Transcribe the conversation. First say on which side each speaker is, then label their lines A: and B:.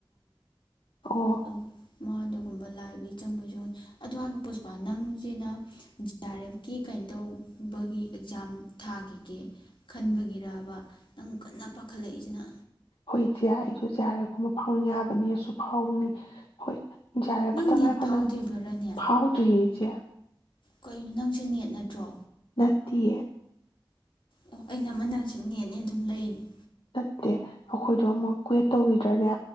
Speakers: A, on the left (about 85°); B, on the left (about 70°).
A: ꯑꯣ
B: ꯑꯣ ꯑꯣ ꯃꯥ ꯑꯗꯨꯒꯨꯝꯕ ꯂꯥꯛꯕꯒꯤ ꯆꯪꯕꯁꯨ ꯑꯗꯨꯋꯥꯒ ꯄꯨꯁꯄꯥ ꯅꯪꯁꯤꯅ ꯖꯤ ꯑꯥꯔ ꯑꯦꯐꯀꯤ ꯀꯩꯅꯣ ꯇꯧꯕꯒꯤ ꯑꯦꯛꯖꯥꯝ ꯊꯥꯈꯤꯒꯦ ꯈꯟꯕꯒꯤꯔꯔꯕ ꯅꯪ ꯀꯟꯅ ꯄꯥꯈꯠꯂꯛꯏꯁꯤꯅ
A: ꯍꯣꯏ ꯏꯆꯦ ꯑꯩꯁꯨ ꯖꯦ ꯑꯥꯔ ꯑꯦꯐ ꯒꯨꯝꯕꯁꯨ ꯐꯥꯎꯅꯤꯡꯉꯦ ꯍꯥꯏꯕꯅꯤ ꯑꯩꯁꯨ ꯐꯥꯎꯅꯤ ꯍꯣꯏ ꯖꯦ ꯑꯥꯔ ꯑꯦꯐ
B: ꯅꯪ
A: ꯇꯨ ꯇꯉꯥꯏ
B: ꯅꯦꯠ
A: ꯐꯗꯅ
B: ꯐꯥꯎꯗ꯭ꯔꯤꯕꯔꯅꯦ
A: ꯐꯥꯎꯗ꯭ꯔꯤꯌꯦ ꯏꯆꯦ
B: ꯀꯩꯅꯣ ꯅꯪꯁꯦ ꯅꯦꯠ ꯅꯗ꯭ꯔꯣ
A: ꯅꯠꯇꯦ
B: ꯑꯣ ꯑꯩꯅ ꯑꯃ ꯅꯪꯁꯤꯅꯦ ꯑꯗꯨꯝ ꯂꯩꯅꯤ
A: ꯅꯠꯇꯦ ꯑꯩꯈꯣꯏꯗꯣ ꯑꯃꯨꯛ ꯀ꯭ꯋꯦꯠ ꯇꯧꯈꯤꯗ꯭ꯔꯅꯦ